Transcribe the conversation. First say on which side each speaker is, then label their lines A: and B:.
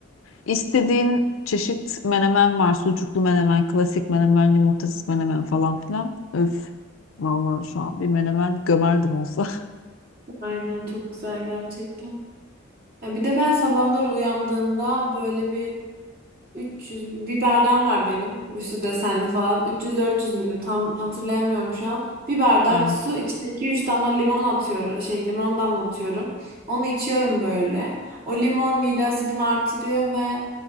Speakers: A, on the left; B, on the right.
A: İstediğin çeşit menemen var. Sucuklu menemen, klasik menemen, yumurtasız menemen falan filan. Öf. Vallahi şu an bir menemen gömerdim olsa. <laughs>
B: aynen çok güzel gerçekten. Ya bir de ben sabahları uyandığımda böyle bir 300 bir bardağım var benim. Üstü desenli falan. 300-400 milim tam hatırlayamıyorum şu an. Bir bardak
A: Evet.
B: su içine 2-3 damla limon atıyorum. Şey limon damlatıyorum. Onu içiyorum böyle. O limon mide asidimi artırıyor ve